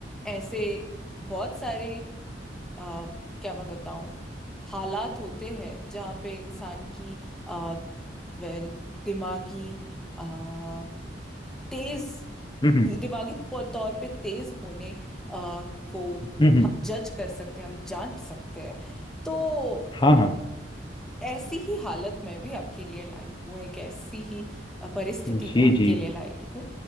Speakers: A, in the centre; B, on the left.
A: ऐसे बहुत सारे आ, क्या मैं बताऊं हालात होते हैं जहाँ पे इंसान की आ, वेल दिमागी आ, तेज
B: हम्म
A: दिमागी प- तौर पे तेज होने आ, को
B: हम्म हम्म, हम्म।
A: हम जज कर सकते हैं हम जांच सकते हैं तो
B: हाँ हाँ
A: ऐसी ही हालत में भी आपके लिए लाई हूँ एक ऐसी ही आ, परिस्थिति
B: जी
A: में आपके
B: जी
A: लिए लाई हूँ